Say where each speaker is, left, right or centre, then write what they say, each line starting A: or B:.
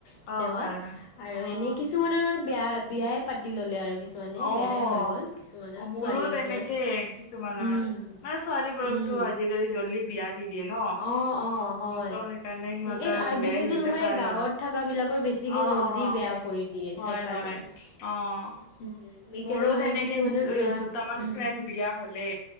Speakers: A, on the left (about 80°); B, on the left (about 60°).
A: কেতিয়াবা।
B: অ হয় হয়
A: আৰু এনেই
B: অ
A: কিছুমানৰ মানে বিয়া বিয়াই পাতি ললে আৰু কি মানে
B: অ',
A: বেয়াই হৈ গ'ল কিছুমানৰ।
B: অ' মোৰো
A: ছোৱালীহঁতৰ
B: তেনেকেই কিছুমানৰ,
A: উম
B: মানে ছোৱালীবোৰকতো
A: উম
B: আজিকালি জল্লি বিয়া দি দিয়ে ন
A: অ অ হয়।
B: ত' সেইকাৰণে সিহঁতৰ
A: এই আৰু
B: বিয়াই
A: বেছি
B: হৈ
A: তোৰ
B: গৈছে প্ৰায়
A: এই গাঁৱত
B: ভাগৰ
A: থকা বিলাকৰ বেছিকে
B: অ',
A: জল্দি
B: অ',
A: বেয়া কৰি দিয়ে
B: হয়,
A: সেইকাৰণে।
B: হয়
A: উ
B: অ',
A: এতিয়াতো
B: মোৰো
A: মানে
B: তেনেকে
A: কিছুমানৰ
B: কিছু
A: বেয়া,
B: দুটামান
A: উম
B: ফ্ৰেণ্ড বিয়া হ'লে